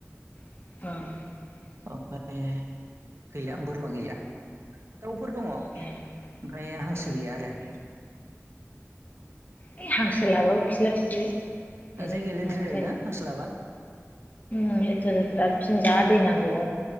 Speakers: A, on the left (about 30°); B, on the right (about 55°).
A: औ
B: ओमफ्राय गैला बोरमा गैला दाउफोर दङ ओमफ्राय
A: ए
B: हांसो
A: औ
B: गैया आरो
A: हैइ हांसो लाबाबो खिस्ला खिस्लि बिराद
B: दा जायगाया लेथ्रा
A: माबा
B: जायोना
A: जायो
B: हांसो लाबा
A: ओम लेथ्रा जाथारो फिसिनो जा दै नांगौ।